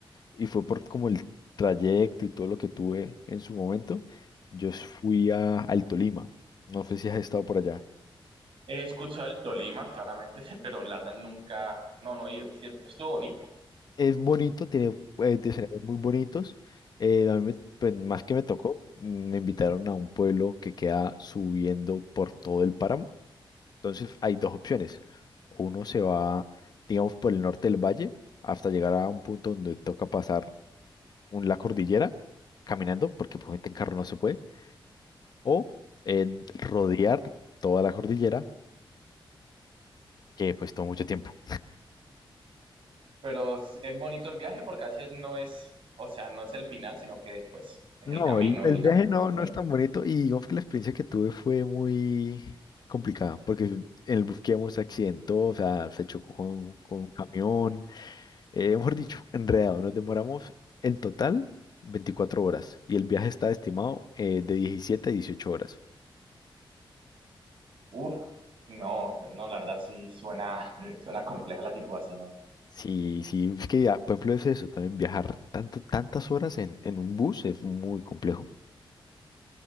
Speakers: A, on the left; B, on the right.
A: y fue por como el trayecto y todo lo que tuve en su momento. Yo fui a, al Tolima, no sé si has estado por allá.
B: He escuchado el Tolima, claramente, <laughs> pero la verdad nunca, no, no he ido. Sí, estuvo bonito,
A: es bonito, tiene eh, escenarios muy bonitos. Eh, a mí, me- pues, más que me tocó, me invitaron a un pueblo que queda subiendo por todo el páramo. Entonces hay dos opciones. O Uno se va, digamos, por el norte del valle hasta llegar a un punto donde toca pasar un, la cordillera caminando, porque pues en carro no se puede. O eh, rodear toda la cordillera, que pues toma mucho tiempo.
B: pero es es bonito el viaje porque a veces no es, o sea, no es el final, sino que después es
A: No,
B: el camino
A: el, el
B: y el
A: viaje
B: camino
A: no,
B: es muy bonito.
A: no es tan bonito y digamos que la experiencia que tuve fue muy complicada porque en el bus que íbamos se accidentó, o sea, se chocó con, con un camión, eh, mejor dicho, enredado. Nos demoramos en total 24 horas y el viaje está estimado eh, de 17 a 18 horas.
B: Uf, no, o sea, no, la verdad sí suena, <laughs> suena compleja la situación.
A: Sí, sí, es que ya, por ejemplo, es eso, también viajar tanto, tantas horas en, en un bus es muy complejo.